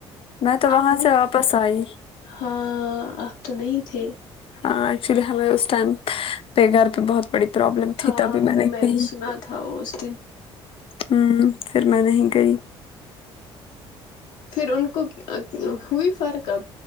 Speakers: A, on the left (about 40°); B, on the left (about 60°).
A: میں تو وہاں
B: آپ نہیں
A: سے واپس آئی
B: ہاں آپ تو نہیں تھے
A: ہ ایکچولی ہمیں اس ٹائم پے گھر پہ بہت بڑی پرابلم تھی
B: ہاں
A: تبھی کہی
B: میں نے سنا تھا اس دن
A: ہوں پھر میں نہیں گئی
B: پھر ان کو ہوئی فرق اب